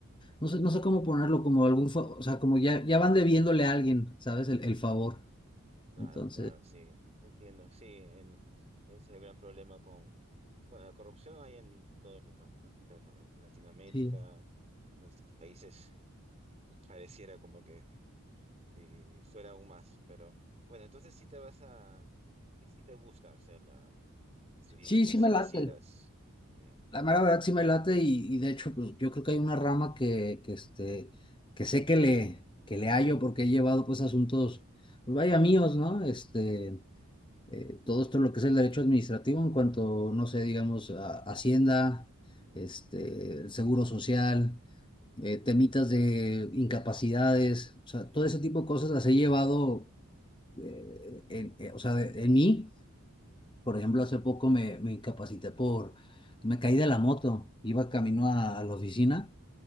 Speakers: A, on the left (about 20°); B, on the right (about 30°).
A: No sé, no sé cómo ponerlo, como algún, fa- o sea, como ya, ya van debiéndole a alguien, ¿sabes? El, el favor.
B: claro,
A: Entonces,
B: claro, sí, entiendo, sí, en- es el gran problema con, bueno, la corrupción hay en todo lugar, ¿no? Pero en Latinoamérica,
A: sí.
B: en nuestros países, <laughs> pareciera como que si fuera aún más, pero bueno, entonces sí te vas a, sí, sí te gusta, o sea, la estudiaste,
A: Sí, sí
B: si
A: me late.
B: quisieras, ya.
A: La mera verdad sí me late y, y de hecho, pues yo creo que hay una rama que, que este, que sé que le, que le hallo porque he llevado pues asuntos, pues vaya míos, ¿no? Este, eh, todo esto lo que es el derecho administrativo en cuanto, no sé, digamos, a- Hacienda, este, el Seguro Social, eh, temitas de incapacidades, o sea, todo ese tipo de cosas las he llevado, eh, en, eh, o sea, de- en mí. Por ejemplo, hace poco me, me incapacité por, me caí de la moto, iba camino a, a la oficina,